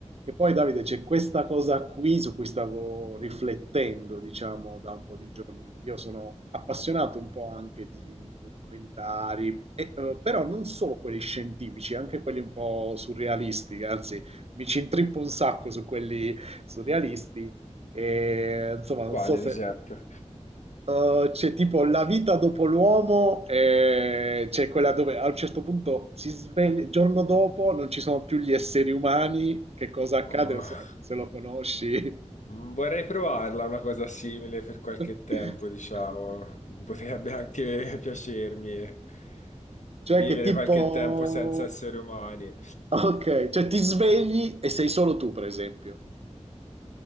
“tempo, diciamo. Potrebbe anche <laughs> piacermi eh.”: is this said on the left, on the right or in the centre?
Left